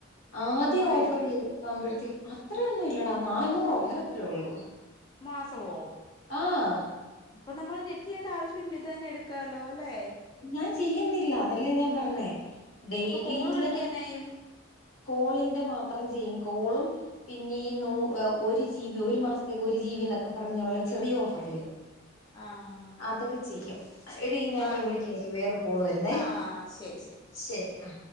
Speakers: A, on the left; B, on the left.
A: ആദ്യം
B: മൂവായിരോ
A: ഓഫർ ചെയ്ത് പോകുമ്പോഴത്തേക്ക് അത്ര ഒന്നും ഇ ല്ലടാ നാനൂറോ അങ്ങനെത്രേ ഉള്ളൂ
B: മാസവോ
A: ആഹ്
B: അപ്പ നമ്മൾ നെറ്റ് ചെയ്യേണ്ട ആവശ്യവില്ല ഇത് തന്നെ എടുക്കാലോ അല്ലെ
A: ഞാൻ ചെയ്യുന്നില്ല അതല്ലേ ഞാൻ പറഞ്ഞേ ഡെയ്
B: അപ്പൊ കോള്
A: ലിയില്
B: വിളിക്കാനായും
A: കോളിന്റെ മാത്രം ചെയ്യും കോളും പിന്നെ ഈ നൂ ഒരു ജീ ബി ഒരു മാസത്തേക്ക് ഒരു ജീ ബി എന്നൊക്കെ പറഞ്ഞുള്ള ചെറിയ ഓഫർല്ലേ
B: ആഹ്
A: അതൊക്കെ ചെയ്യും എടി ഞാനീ
B: ആഹ്
A: വിളിക്ക എനിക്ക് വേറൊരു കോള് വരുന്നേ
B: ആഹ് ശരി
A: ശരി ആ